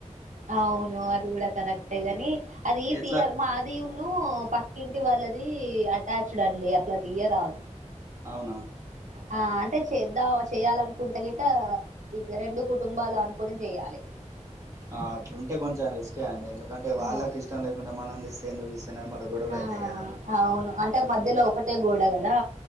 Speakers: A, on the right; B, on the right.
A: అవును అది కూడా కరక్టేగనీ అది
B: ఎట్లా
A: తీయాల మా అ అది ఉన్నుపక్కింటి వాళ్ళది అటాచ్డ్ అండి అట్లా తీయరాదు
B: అవునా
A: ఆ అంటే చేద్దా చేయాలనుకుంటే గిట్ట ఇద్ద రెండు కుటుంబాలు అనుకోని చెయ్యాలి
B: ఆ అట్లుంటే కొంచం రిస్కే అండి ఎందుకంటే వాళ్ళకి
A: ఆ
B: ఇష్టం లేకుండా మనం తీస్ తే ఎందుకు తీస్తన్నావ్ మళ్ళీ గొడవలు
A: ఆ
B: అయితాయి కదా
A: అవును అంటే మధ్యలో ఒకటే గోడ గదా